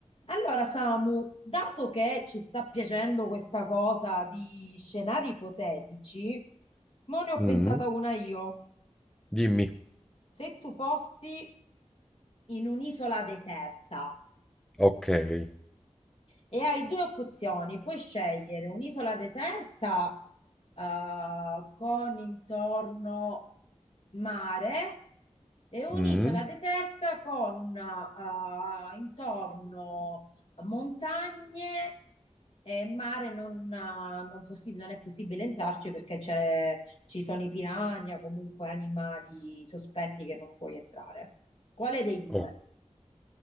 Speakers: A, on the left (about 55°); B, in the centre.
A: Allora, Samu, dato che ci sta piacendo questa cosa di scenari ipotetici, mo ne ho
B: Mh.
A: pensata una io.
B: Dimmi.
A: Se tu fossi in un'isola deserta
B: Okay.
A: e hai due opzioni, puoi scegliere un'isola deserta eh, con intorno mare È un'isola
B: Mh.
A: deserta con eh, intorno montagne e mare non, eh, non possi- non è possibile entrarci perché c'è- ci sono i piranha, comunque animali sospetti che non puoi entrare. Quale dei due?
B: O